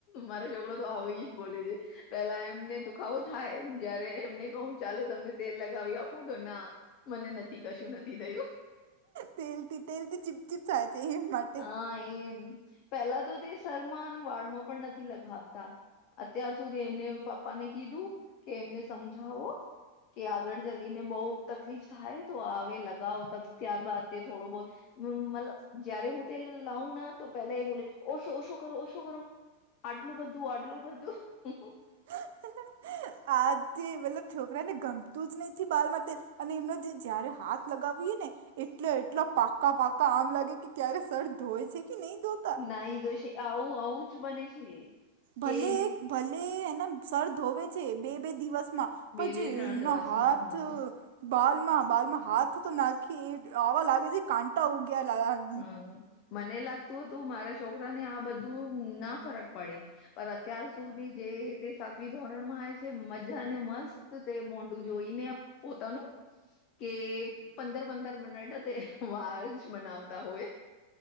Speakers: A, on the left; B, on the right.
A: મારો છોકડો તો આવ જ બોલે છે. પેલા એમને દુખાવો થાય જયારે એમને કહું ચાલો તમને તેલ લગાવી આપું તો ના. મને નથી કશું નથી થયુ.
B: તેલથી તેલથી ચીપ ચીપ થાય છે એ માટે- -
A: હા એ પેલા તો તે શમાં વાળમાં પણ નથી લગાવતા. અત્યાર સુધી એમને પપ્પા ને કીધું કે એમને સમજાવો- - કે આગળ જલીને બઉુ તકલીફ થાય તો હ લગાવો ત ત્યારબાદ તે થોડો બહ- - મતલબ જયારે હું- - તેલ લાઉ ના તો પહેલા એ બોલે ઓશો ઓછો કરો ઓછો કરો. આટલું બધું આટલું બધું.
B: <inaudible> આજથી મતલબ છોકરાને ગમતું જ નહ બાર માટે અને એમનો જયારે હાથ- - લગાવીએ ને એટલો એટલો પાકા પાકા આમ લાગે કે ક્યારે સર ધોય છે કે નહી ધો- -
A: નાહી દોસે આવ આવું છું બને છે.
B: ભલે
A: કે
B: એક ભલે એને સર ધોવે છે બે બે દિવસ- -
A: બે
B: પછી
A: બે ત્રણ
B: એના
A: દિવસમાં
B: હાથ-
A: હા
B: - બાલ માં બાલ માં હાથ તો નાખી આવા લાગે છે કાંટા ઉગ્યા --
A: હમ મને લાગતું હતું મારા છોકરા ને આ બધું ના ફરક પડે. પર અત્યાર સુધી જે તે સાતવી ધોરણમાં આવે છે મજા અને મસ્ત- - તે મોંડું જોઈને પોતાનું- - કે પંદર પંદર મિનટ તે વાડ જ બનાવતા હોય.